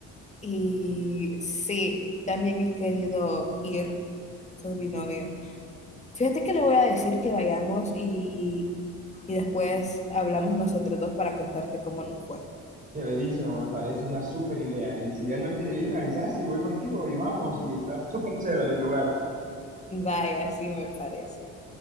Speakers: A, on the left; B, on the right.
A: Y sí, también he querido ir con mi novio. Fíjate que le voy a decir que vayamos y, y después hablamos nosotros dos para contarte cómo nos fue.
B: Chéverísimo, me parece una super idea. Y si él no quiere ir, me avisas y voy contigo y vamos. Y está súper chévere el lugar.
A: Vaya, sí me parece.